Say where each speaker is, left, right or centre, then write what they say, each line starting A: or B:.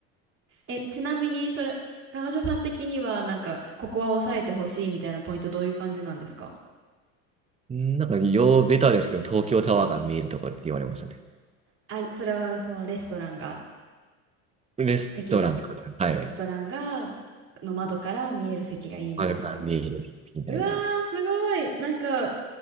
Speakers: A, on the right; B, on the right.
A: え、ちなみに、それ、彼女さん的には、なんか、ここは抑えてほしいみたいなポイント、どういう感じなんですか
B: なんか、ようベタですけど、東京タワーが見えるとこって言われましたね。
A: あ、それは、そのレストランが、
B: レストラン、
A: 的な、
B: はい。
A: レストランが、の窓から見える席がいいみたいな。
B: あれから見えるみたいな。
A: うわー、すごい。なんか、